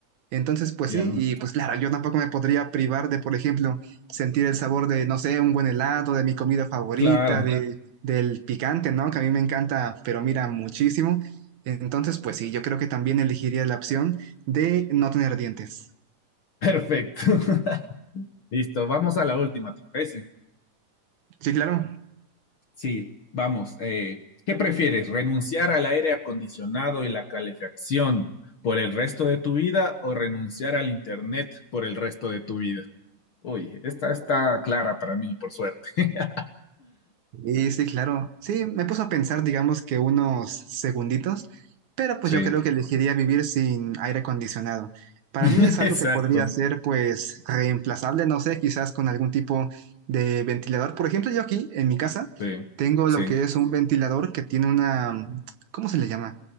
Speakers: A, on the right; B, on the left.
A: Entonces, pues
B: ya.
A: sí, y pues claro, yo tampoco me podría privar de, por ejemplo, sentir el sabor de, no sé, un buen helado, de mi comida favorita,
B: Claro,
A: de, del picante, ¿no? Que a mí me encanta, pero mira, muchísimo. Entonces, pues sí, yo creo que también elegiría la opción de no tener dientes.
B: perfecto. <laughs> Listo, vamos a la última, ¿te parece?
A: Sí, claro.
B: Sí, vamos. eh, ¿qué prefieres? ¿Renunciar al aire acondicionado y la calefacción por el resto de tu vida o renunciar al internet por el resto de tu vida? Uy, esta está clara para mí, por suerte. <laughs>
A: Y sí, claro. Sí, me puso a pensar, digamos que unos segunditos, pero pues
B: Sí,
A: yo creo que elegiría vivir sin aire acondicionado. Para
B: <laughs>
A: mí es algo
B: exacto.
A: que podría ser pues reemplazable, no sé, quizás con algún tipo de ventilador. Por ejemplo, yo aquí en mi casa
B: Sí,
A: tengo
B: sí.
A: lo que es un ventilador que tiene una, ¿cómo se le llama?